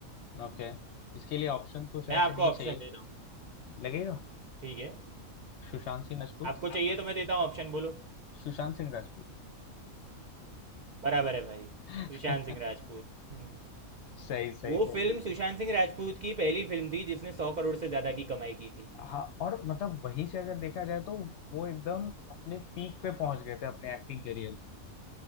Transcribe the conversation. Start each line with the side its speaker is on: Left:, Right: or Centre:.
Left: ओके इसके लिए ऑप्शन तो शायद
Right: मैं आपको
Left: से नहीं
Right: ऑप्शन
Left: चाहिए
Right: देता हूँ
Left: लगेगा
Right: ठीक है
Left: सुशांत सिंह राजपूत
Right: आपको
Left: आपको
Right: चाहिए तो
Left: जो-
Right: मैं देता हूँ ऑप्शन बोलो
Left: सुशांत सिंह राजपूत
Right: बराबर है भाई सुशांत
Left: <laughs>
Right: सिंह राजपूत हम्म
Left: सही सही
Right: वो
Left: सही
Right: फिल्म सुशांत सिंह राजपूत की पहली फिल्म थी जिसने सौ करोड़ से ज़्यादा की कमाई की थी
Left: हाँ और मतलब वहीं से अगर देखा जाए तो वो एकदम अपने पीक पे पहुंच गए थे अपने एक्टिंग करियर के